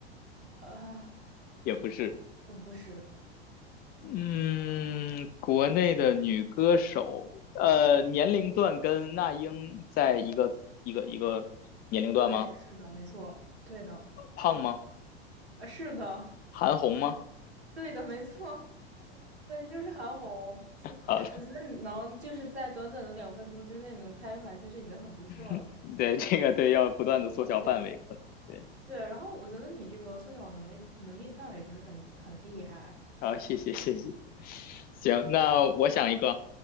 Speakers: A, on the right; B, on the left.
A: 呃，
B: 也不是。
A: 呃，不是，
B: 嗯，国内的女歌手，呃，年龄段跟那英在一个一个一个年龄段吗？
A: 对，是的，没错，对的，
B: 胖吗？
A: 呃，是的，
B: 韩红吗？
A: <laughs> 对的，没错。对，就是韩红。其实我觉得你能就是在短短的两分钟之内能猜出来，
B: 好的，
A: 其实已经很不错了。
B: <laughs> 对，这个对，要不断的缩小范围，
A: 了解
B: 可能对，
A: <laughs>。对，然后我觉得你这个缩小能力能力的范围就是很很厉害。
B: 好，
A: 嗯，
B: 谢谢谢谢，<laughs> 行，那我想一个，